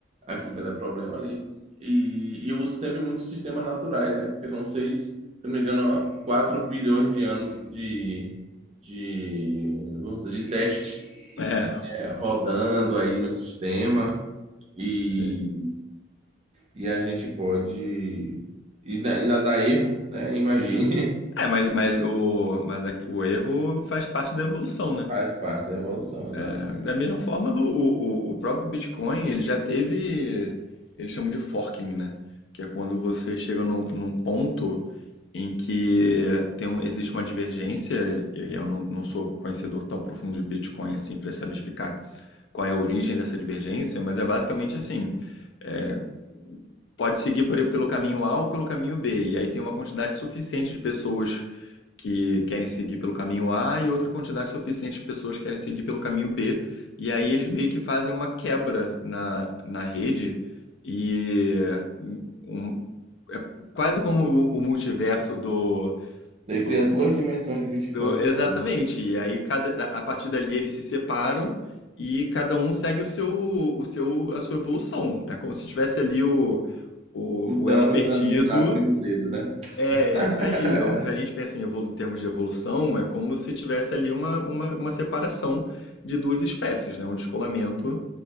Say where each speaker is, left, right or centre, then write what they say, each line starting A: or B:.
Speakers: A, on the right; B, on the left.
A: aqui vai dar problema ali. E, e eu uso sempre muitos sistemas naturais, né? Porque são seis, se não me engano, 4 bilhões de anos de, de, vamos dizer, de testes
B: É,
A: é, rodando aí no sistema. E,
B: sim.
A: e a gente pode. E ainda ainda dá erro, né? Imagine.
B: É, mas, mas, o, mas a- o erro faz parte da evolução,
A: <laughs>
B: né?
A: Faz parte da evolução, exatamente.
B: É, da mesma forma, do, o, o, o próprio Bitcoin, ele já teve, eles chamam de forking, né? Que é quando você chega num, num ponto em que tem uma- existe uma divergência, e aí eu não, não sou conhecedor tão profundo de Bitcoin assim para saber explicar qual é a origem dessa divergência, mas é basicamente assim, é, pode seguir por, pelo caminho A ou pelo caminho B, e aí tem uma quantidade suficiente de pessoas que querem seguir pelo caminho A e outra quantidade suficiente de pessoas que querem seguir pelo caminho B. E aí eles meio que fazem uma quebra na, na rede e um- um, é quase como o, o multiverso do,
A: Daí
B: do,
A: cria duas dimensões de Bitcoin
B: do- Exatamente.
A: diferentes.
B: E aí cada, da- a partir dali eles se separam e cada um segue o seu, o seu, a sua evolução. É como se tivesse ali o, o,
A: O
B: o
A: Thanos
B: elo perdido
A: dando snap no dedo, né?
B: é,
A: <laughs>
B: é isso aí. Ou se a gente pensa em, evolu em termos de evolução, é como se tivesse ali uma, uma, uma separação de duas espécies, né? Um descolamento